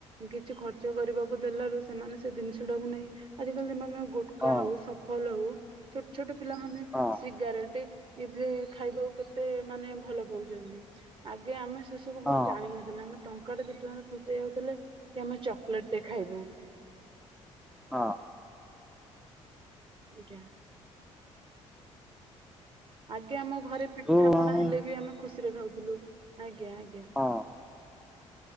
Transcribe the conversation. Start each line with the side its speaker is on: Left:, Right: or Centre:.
Right: କିଛି ଖର୍ଚ୍ଚ କରିବାକୁ ଦେଲାରୁ ସେମାନେ ସେ ଦିନିଷ ଟାକୁ ନେଇ ଆଜିକାଲି ମାନେ ଗୁଟକା
Centre: ହଁ
Right: ହଉ, ସ ସଫଲ ହଉ, ଛୋଟ ଛୋଟ ପିଲାମାନେ
Centre: ହଁ
Right: ସିଗାରେଟ ଏବେ ଖାଇବାକୁ କେତେ ମାନେ ଭଲ ପାଉଚନ୍ତି। ଆଗେ ଆମେ ସେ ସେସବୁ
Centre: ହଁ
Right: କଣ ଜାଣିନଥିଲେ। ଆମେ ଟଙ୍କା ଟା ଦି ଟଙ୍କାରେ ଖୁସି ହେଈଯାଉଥିଲେ କି ଆମେ ଚକୋଲେଟ ଟେ ଖାଇବୁ।
Centre: ହଁ।
Right: ଆଜ୍ଞା। ଆଜ୍ଞା ଆମ ଘରେ ପିଠା
Centre: ତୁ ହଁ
Right: ପଣା ହେଲେ ବି ଆମେ ଖୁସିରେ ଖାଉଥିଲୁ। ଆଜ୍ଞା, ଆଜ୍ଞା।
Centre: ହଁ।